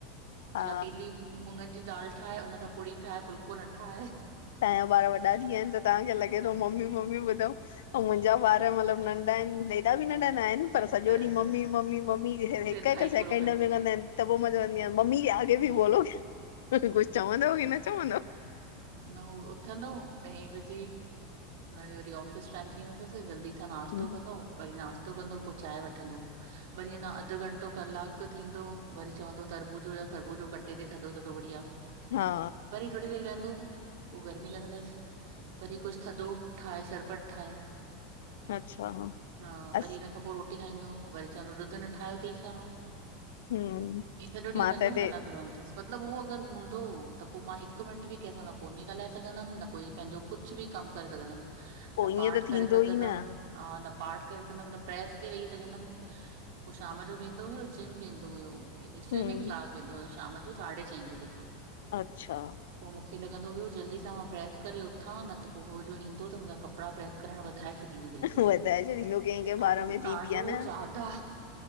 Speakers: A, on the left; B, on the right.
A: हा
B: भला पीली हू मुंॻनि जी दाल ठाहे, हुनसां पुड़ी ठाहे फुलिको न ठाहें।
A: तव्हांजा ॿारु वॾा थीहं विया आहिनि त तव्हांखे लॻे थो मम्मी-मम्मी ॿुधऊं। आऊं मुंहिंजा ॿारु मतिलबु नंढा आहिनि, एॾा बि नंढा नाहिनि पर सॼो
B: त
A: ॾींहु मम्मी-मम्मी-मम्मी हिकु-हिकु
B: सिर खाई
A: सेकेंड
B: पूरो
A: में कंदा आहिनि त पोइ मतिलबु हिअं मम्मी, आगे भी बोलो, कुछु चवंदव की न चवंदव?
B: अञा हो उथंदो ॾह बजे, हुनजो वरी ऑफिस टाईम थी वेंदसि जल्दी त नाश्तो
A: हम्म
B: कंदो, वरी नाश्तो कंदो पो चांहि वठंदो, वरी अञा अधु घंटो कलाकु थींदो वरी चवंदो तरबूजो या खरबूजो कटे ॾे थधो-थधो बढ़िया।
A: हा।
B: वरी थोरी देरि विहंदो पो गर्मी लॻंदसि, वरी कुझु थधो ठाहे शरबतु ठाहे,
A: अच्छा
B: हा
A: अस
B: वरी हिन खां पो रोट टी खाईंदो, वरी चवंदो ॾुधु न ठाहियो अथई छा?
A: हम्म
B: ईअं सॼो ॾींहुं
A: मां
B: हुनजो
A: त हिते
B: हलंदो रहंदो तसि, मतिलबु उहो अगरि हूंदो त पोइ मां हिकु मिंट मिंट बि कंहिंसां न फो़नु में ॻाल्हाए सघुंदमि, न कोई पंहिंजो कुझु बि कमु करे सघंदुमि।
A: पो
B: न
A: ईअं
B: पाठ
A: त थींदो
B: करे सघुंदमि,
A: ई न
B: हा न पाठ कंदम न प्रेस ते वेही सघंदम, पो शाम जो वेंदो हुयो जिम वेंदो हुयो। हेएॾे स्विमिंग
A: हम्म
B: क्लास वेंदो हुयो शाम जो साढे चईं बजे खां।
A: अच्छा।
B: पो मूंखे लॻंदो हुओ जल्दी सां मां प्रेस करे उथां, न त पो हो जो ईंदो, त मुंजा कपड़ा प्रेस करण वधाए छ ॾंदो बिल्कुल,
A: वधाए छॾींदो कंहिं कंहिं
B: ॾाढो
A: ॿार में थींदी
B: ॾाढो
A: आ न
B: जादा।